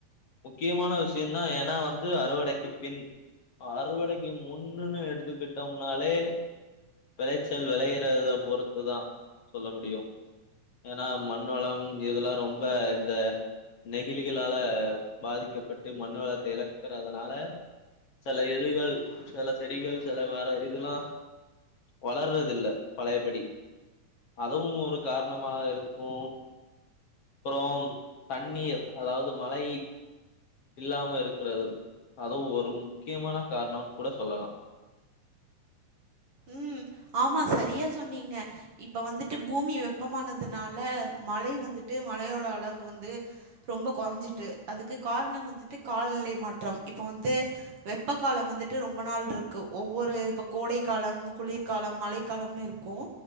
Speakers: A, on the left (about 50°); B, on the right (about 45°).
A: முக்கியமான விஷியந்தான் ஏனா வந்து அறுவடைக்கு பின் அறுவடைக்கு முன்னுன்னு எடுத்துக்கிட்டோம்னாலே விளைச்சல் வெளைய டத பொறுத்து தா சொல்ல முடியும் ஏனா மண் வளம் இதுலா ரொம்ப இந்த நெகிழிகளால பாதிக்கப்பட்டு மண் வளத்த எழக்கறதனால செல இதழ்கள் செல செடிகள் செல வார இதுலா வளறது இல்ல பழயபடி அதுவும் ஒரு காரணமா இருக்கும் அப்புறம் தண்ணீர் அதாவது மழை இல்லாம இருக்கிறது அதுவும் ஒரு முக்கியமான காரணோன் கூட சொல்லலா
B: ம் ஆமா சரியா சொன்னீங்க இப்ப வந்துட்டு பூமி வெப்பமானதுனால மழை வந்துட்டு மழயோட அளவு வந்து ரொம்ப கொறஞ்சிட்டு அதுக்கு காரணம் வந்துட்டு கால்நிலை மாற்றம் இப்போ வந்து வெப்ப காலம் வந்துட்டு ரொம்ப நாள் ருக்கு ஒவ்வொரு இப்ப கோடை காலம் குளிர்காலம் மழை காலம்னு இருக்கும்